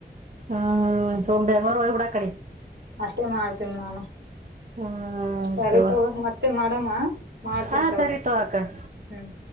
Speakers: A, on the right; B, on the right.
A: ಹ್ಮ್ ಸೋಮ ಎರನೂರು ವೋಗಿ ಬಿೂಡ ಕಡೆ
B: ಅಷ್ಟೇ ಮಾಡ್ತೀನಿ ನಾನು
A: ಹ್ಮ್
B: ಸರಿ
A: ತಗೋ
B: ತಗ ಮತ್ತೆ ಮಾಡಮ್ಮ ಮಾಡ್ತನ್ಂತವ
A: ಹಾ ಸರಿ ತಗೋ ಅಕ್ಕ
B: ಹ್ಮ್